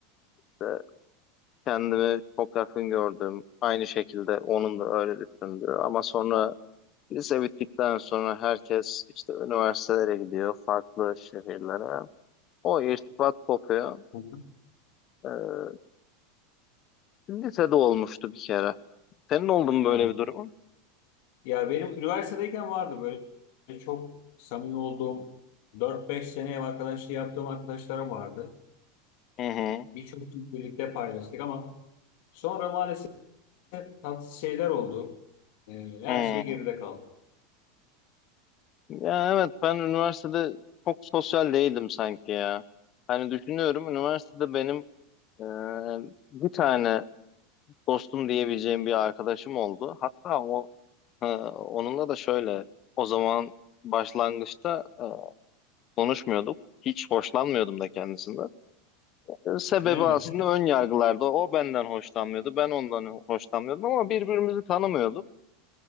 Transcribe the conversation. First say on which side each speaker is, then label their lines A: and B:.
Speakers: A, on the left; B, on the left.
A: işte kendimi çok yakın gördüm. Aynı şekilde onun da öyle düşündü ama sonra lise bittikten sonra herkes işte üniversitelere gidiyor farklı şehirlere. O irtibat kopuyor.
B: Hı hı.
A: Ee, lisede olmuştu bir kere. Senin oldu mu böyle
B: Ben-
A: bir durumun?
B: ya benim üniversitedeyken vardı böyle çok samimi olduğum 4-5 sene ev arkadaşlığı yaptığım arkadaşlarım vardı.
A: Hı hı.
B: Birçok gün birlikte paylaştık ama sonra maalesef tatsız şeyler oldu. E, her
A: Hı.
B: şey geride kaldı.
A: Ya evet ben üniversitede çok sosyal değildim sanki ya. Hani düşünüyorum üniversitede benim e, bir tane dostum diyebileceğim bir arkadaşım oldu. Hatta o e, onunla da şöyle o zaman başlangıçta e, konuşmuyorduk. Hiç hoşlanmıyordum da kendisinden. E, sebebi
B: Yani.
A: aslında ön yargılarda. O benden hoşlanmıyordu, ben ondan hoşlanmıyordum ama birbirimizi tanımıyorduk.